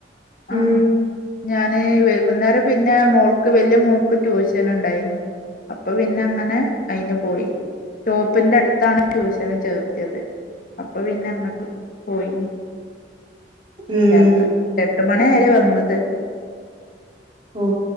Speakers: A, on the left; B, on the right.
A: ആ
B: ഉം
A: ഞാന് വൈകുന്നേരം പിന്നെ മോൾക്ക് വല്ല്യ മോൾക്ക് ട്യൂഷന് ഇണ്ടായിനി അപ്പം പിന്നെ അങ്ങനെ അയിന് പോയി ഷോപ്പിന്റട്ത്താണ് ട്യൂഷന് ചേർത്തിയത് അപ്പൊ പിന്നെ അങ്ങട്ട് പോയി
B: ഉം
A: രാത്രി എ ട്ട് മണിയേയെരാണ് വന്നത്
B: ഓ